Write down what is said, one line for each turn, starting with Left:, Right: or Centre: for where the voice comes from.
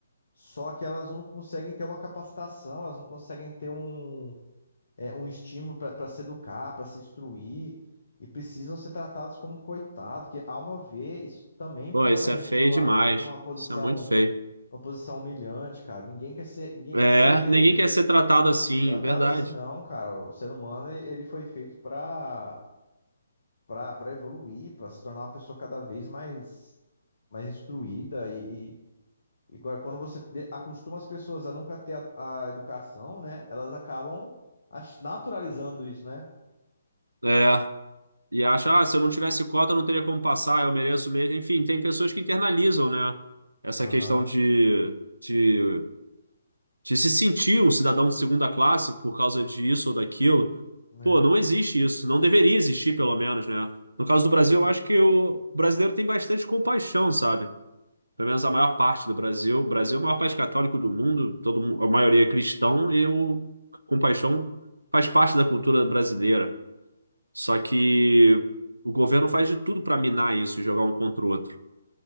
Left: Só que elas não conseguem ter uma capacitação, elas não conseguem ter um é, um estímulo para se educar, para se instruir, e precisam ser tratados como coitado, que, ao meu ver, isso também
Right: Pô,
Left: coloca
Right: isso
Left: a
Right: é
Left: gente
Right: feio
Left: numa,
Right: demais.
Left: numa posição,
Right: Isso é muito feio.
Left: uma posição humilhante, cara. Ninguém quer ser, ninguém quer
Right: É,
Left: ser
Right: ninguém quer ser tratado assim,
Left: tratado
Right: verdade.
Left: assim, não, cara. O ser humano, ele ele foi feito para para para evoluir, para se tornar uma pessoa cada vez mais, mais instruída e, e e Agora, quando você de- acostuma as pessoas a nunca ter a, a educação, né? Elas acabam ach- naturalizando isso, né?
Right: É, e acha, ah, se eu não tivesse cota, eu não teria como passar, eu mereço mesmo. Enfim, tem pessoas que internalizam, né, essa
Left: Aham.
Right: questão de, de, de se sentir um cidadão de segunda classe por causa disso ou daquilo.
Left: É.
Right: Pô, não existe isso, não deveria existir, pelo menos, né? No caso do Brasil, eu acho que o brasileiro tem bastante compaixão, sabe? Pelo menos a maior parte do Brasil. O Brasil é o maior país católico do mundo, todo, mu- a maioria é cristão e o compaixão faz parte da cultura brasileira. Só que o governo faz de tudo para minar isso e jogar um contra o outro.